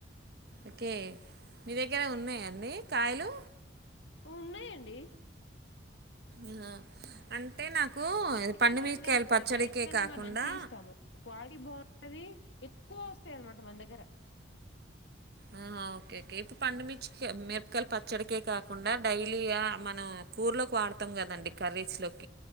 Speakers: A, on the right; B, on the left.
A: ఓకే మీ దగ్గరే ఉన్నాయనీ కాయలు
B: ఉన్నయండి
A: మ్.. అం టే నాకు
B: ఫ్రీ
A: పండుమిరకాయలు
B: టైమ్ లో రండండి
A: పచ్చడికే
B: బయట కన్నా
A: కాకుండా
B: మనం మంచిగా ఇస్తాము క్వాలిటీ బావుంటదీ ఎక్కువస్తాయి అన్నమాట మన దగ్గర
A: ఆ ఓకే ఇప్పు పండు మిర్చి మిరపకాయలు పచ్చడికే కాకుండా డైలీగా మనం కూర్లోకి వాడతా కదండి కరీస్ లోక్